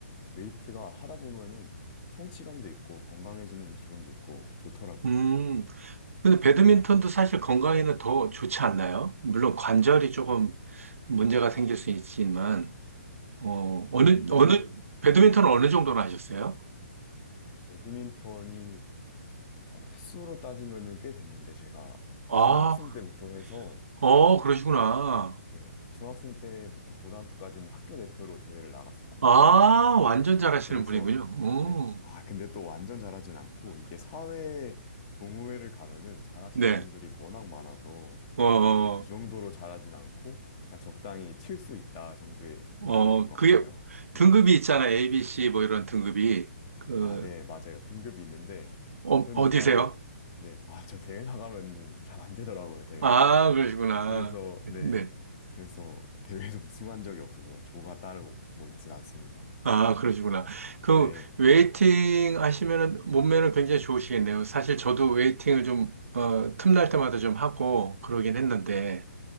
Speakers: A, on the left; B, on the right.
A: 웨이트가 하다 보면은 성취감도 있고 건강해지는 기분도 있고 좋더라고요.
B: 음,
A: 네.
B: 근데 배드민턴도 사실 건강에는 더 좋지 않나요? 물론 관절이 조금 문제가 생길 수 있지만, 어, 어느,
A: 배드민,
B: 어느, 배드민턴은 어느 정도나 하셨어요?
A: 배드민턴이 어, 횟수로 따지면은 꽤 됐는데 제가
B: 아,
A: 중학생 때부터 해서
B: 어, 그러시구나.
A: 네, 중학생 때부터 고등학교까지는 학교 대표로 대회를 나갔었거든요.
B: 아, 완전 잘하시는
A: 그래서,
B: 분이군요. 오,
A: 네. 아, 근데 또 완전 잘하진 않고, 이게 사회 동호회를 가면은 잘하시는
B: 네.
A: 분들이 워낙 많아서,
B: 어, 어,
A: 또 그 정도로 잘하진 않고, 그냥 적당히 칠 수 있다 정도의 느낌인
B: 어,
A: 것
B: 그게
A: 같아요.
B: 등급이
A: 네.
B: 있잖아. ABC 뭐 이런 등급이. 그,
A: 아, 네, 맞아요. 등급이 있는데,
B: 어,
A: 전
B: 어디세요?
A: 이상하게, 네. 아, 저 대회 나가면 잘 안 되더라고요, 대회가.
B: 아, 그러시구나.
A: 그래서
B: 네.
A: 네
B: 네.
A: 그래서 대회에서 우승한 적이 없어서 조가 따로 뭐 있진 않습니다.
B: 아, 그러시구나. 그,
A: 네,
B: 웨이팅 하시면은 몸매는 굉장히 좋으시겠네요. 사실 저도 웨이팅을 좀, 어, 틈날 때마다 좀 하고 그러긴 했는데,